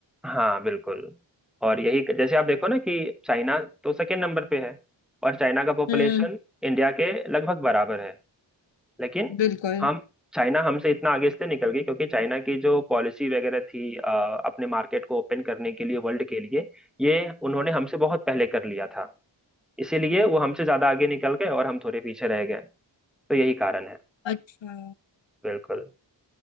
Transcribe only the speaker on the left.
हम्म
बिल्कुल
अच्छा